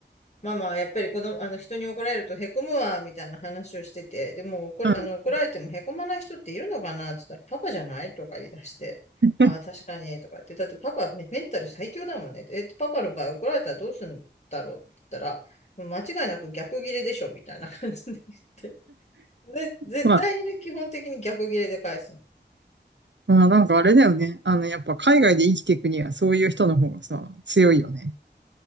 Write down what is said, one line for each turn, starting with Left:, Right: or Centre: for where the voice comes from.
Left: ママはやっぱり子供、あの人に怒られるとへこむわ、みたいな話をしてて、でも怒ら、
Right: ん。
Left: あの怒られてもへこまない人っているのかなって言ったら、パパじゃないとか言い出して、
Right: <laughs>
Left: ああ、確かに、とか言って、だってパパメメンタル最強だもんね。え、パパの場合怒られたらどうするんだろうって言ったら、間違いなく逆ギレでしょ、みたいな感じで言って。で、絶対にね、
Right: まあ、
Left: 基本的に逆ギレで返すの。
Right: まあ、なんかあれだよね。あの、やっぱ海外で生きていくには、そういう人の方がさ、強いよね。